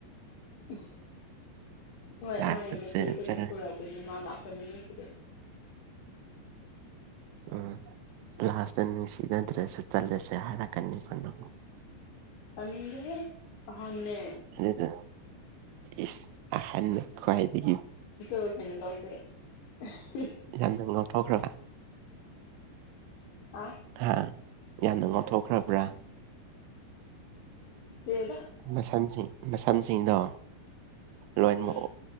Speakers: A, on the left (about 85°); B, on the right (about 85°).
A: ꯎ ꯍꯣꯏ
B: ꯂꯥꯁꯇ
A: ꯃꯥꯒꯤ ꯃꯆꯩꯗ ꯑꯗꯨꯝ ꯄꯨꯔꯛꯄꯅꯦ ꯃꯥ ꯂꯥꯛꯄꯅꯤꯅ ꯑꯗꯨꯗꯤ
B: ꯎꯝ ꯂꯥꯁꯇ ꯅꯨꯡꯁꯤꯅꯗ꯭ꯔꯁꯨ ꯆꯠꯂꯁꯦ ꯍꯥꯏꯔꯛꯀꯅꯤ ꯀꯅ
A: ꯇꯗꯦ
B: ꯑꯗꯨꯗꯨꯅ ꯏꯁ ꯑꯍꯥꯟꯕ ꯈ꯭ꯋꯥꯏꯗꯒꯤ
A: ꯊꯅꯤ ꯇꯧꯁꯦ <unintelligible>
B: ꯌꯥꯝꯅ ꯉꯥꯎ ꯐꯥꯎꯈ꯭ꯔꯕ
A: ꯍꯥ
B: ꯍꯥ ꯌꯥꯝꯅ ꯉꯥꯛꯊꯣꯛꯈ꯭ꯔꯕ꯭ꯔꯥ
A: ꯀꯗ
B: ꯃꯁꯝꯁꯤꯡ ꯃꯁꯝꯁꯤꯡꯗꯣ ꯂꯣꯏꯃꯛ
A: ꯎꯝ